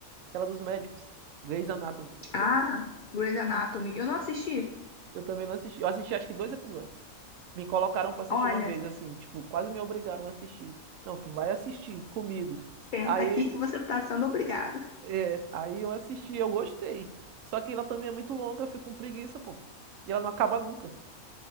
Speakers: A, on the right; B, on the left.
A: aquela dos médicos, Grey's Anatomy.
B: Ah, Grey's Anatomy, eu não assisti.
A: Eu também não assisti. Eu assisti acho que dois episódios. Me colocaram pra assistir
B: Olha.
A: uma vez, assim, tipo, quase me obrigaram a assistir. Não, tu vai assistir comigo.
B: Senta
A: Aí,
B: aqui que você tá sendo obrigado.
A: é, aí eu assisti, eu gostei. Só que ela também é muito longa, eu fico com preguiça, pô. E ela não acaba nunca.